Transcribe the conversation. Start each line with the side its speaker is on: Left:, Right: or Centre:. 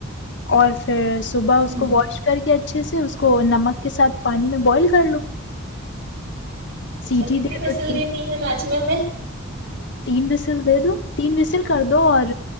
Left: اور پھر صبح اس
Right: ہوں
Left: کو واش کر کے اچھے سے اس کو نمک کے ساتھ پانی میں بوائل کر لو
Right: اچھا
Left: سیٹھی
Right: کتنی
Left: دے
Right: وزٹ
Left: دو
Right: دینی ہے راجمہ میں
Left: تین وسل دے دو تین وسل کر دو اور